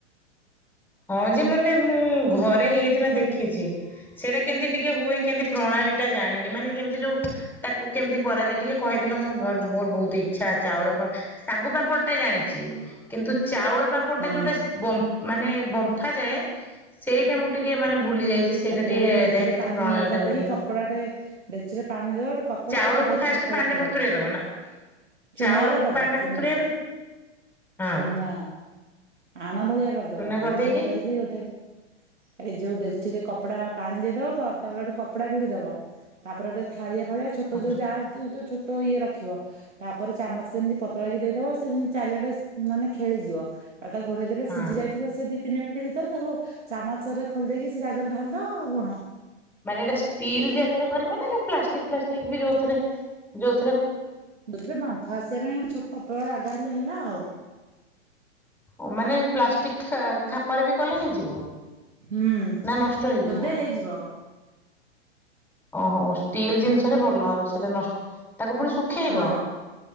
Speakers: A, in the centre; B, on the right.
A: ହଁ ଯେ ମାନେ ମୁଁ ଘରେ ହେଇଥିଲା ଦେଖିଛି ସେଟା କେମିତି ଟିକେ ହୁଏ କେମିତି ପ୍ରଣାଳୀ ଟା ଜାଣିନି ମାନେ କେମିତି ଯୋଉ ତାକୁ କେମିତି କରାଯାଏ ଟିକେ କହିଦେଲେ ମୁଁ ମୋର ବହୁତ ଇଚ୍ଛା ଚାଉଳ ଶାଗୁ ପାମ୍ପଡ଼ ଟା ଜାଣିଛି କିନ୍ତୁ ଚାଉଳ ପାମ୍ପଡ ଟା
B: ହଁ
A: ଯୋଉଟା ଗମ୍ଫ ମାନେ ଗମ୍ଫା ଯାଏ ସେଇଟା ମୁଁ ଟିକେ ମାନେ ଭୁଲି ଯାଇଚି ସେଇଟା
B: ତାକୁ
A: ଟିକେ
B: ଗୋଟେ ଡେକ୍ଚିରେ
A: ଦେଖିଆ କେମିତି
B: ପାଣି
A: ପ୍ରଣାଳୀ
B: କରିଦେଇ
A: ଟା କହିଦେଲ।
B: କପଡାଟେ ଡେକ୍ଚିରେ ପାଣି ଦବା ଗୋଟେ କପଡା
A: ଚାଉଳକୁ
B: ତାପରେ ଗୋଟେ
A: ଫାଷ୍ଟ
B: ଖାପ
A: ପାଣିରେ
B: ରଖିଦେବ
A: ବତୁରେଇ ଦବ ନା ଚାଉଳକୁ
B: ଚୁନାର କରିଦବ
A: ପାଣିରେ
B: ଚୁନା
A: ବତୁରେଇବେ ହଁ
B: ଚୁନା ଆଣ ଭଳିଆ କରିଦବ
A: ଚୁନା କରିଦେଇକି
B: ଆଣ ଆଣ ଭଳିଆ କରିକି ଗୋଟେ ଏଇ ଯୋଉଁ ଡେ଼କଚି ରେ କପ କପଡା ପାଣି ଦେଇଦବ ତାପରେ ଗୋଟେ କପଡା ଭିଡି ଦବ ତାପରେ ଗୋଟେ ଥାଳିଆ ଭଳିଆ ଛୋଟ
A: ହଁ
B: ଯୋଉ ଯାର ଯୋ ଛୋଟ ଏଇ ରଖିବ ତାପରେ ଚାମଚରେ ଏମିତି ପତଳା କି ଦେଇଦବ ସେ ଯେମିତି ଚାରିଆଡେ ମାନେ ଖେଳିଯିବ ତା ଘୋଡେଇ ଦେଲେ
A: ହଁ
B: ସିଝି ଯାଇଥିବ ସେ ତିନି ମିନିଟ୍ ଭିତରେ ତାକୁ ଚାମଚରେ ଖୋଲି ଦେଇକି ସେ ଯା ସେଟାରେ ଢାଳଦେବ ଆଉ କଣ
A: ମାନେ ଏଇଟା ଷ୍ଟିଲ୍ ଜାଗାରେ କରିଵନା ଯୋଉ ପ୍ଲାଷ୍ଟିକ ଫ୍ଲାଷ୍ଟିକ ବି ଯୋଉଥିରେ ଯୋଉ
B: ବୁଝିଲ ବାମ୍ଫା ଆସିବା ପାଇଁ ଗୋଟେ ଛୋଟ ପତଳା ଜାଗା ହେଲେ ହେଲା ଆଉ
A: ହଉ ମାନେ ପ୍ଲାଷ୍ଟିକ ଖାପରେ ବି କଲେ ହେଇଯିବ।
B: ହୁଁ
A: ନା ନଷ୍ଟ ହେଇଯିବ?
B: ବଧେ ହେଇଯିବ।
A: ଓହୋ। ଷ୍ଟିଲ୍ ଜିନିଷରେ
B: ଆଉ
A: ଭଲ ସେଟା ନଷ୍ଟ ତାକୁ ପୁଣି ଶୁଖେଇବ
B: ହଁ